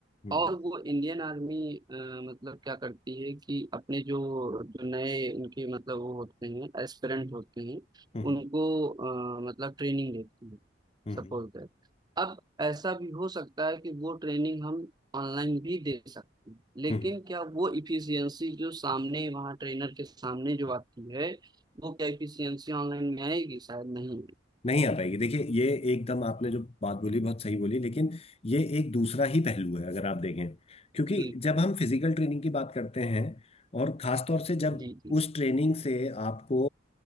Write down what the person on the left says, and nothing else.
हम्म
हम्म
हम्म
हम्म
हम्म,
नहीं आ पाएगी देखिए ये एकदम आपने जो बात बोली बहुत सही बोली लेकिन ये एक दूसरा ही पहलू है अगर आप देखें क्योंकि
जब हम फिजिकल ट्रेनिंग की बात करते हैं और खास तौर से जब
उस ट्रेनिंग से आपको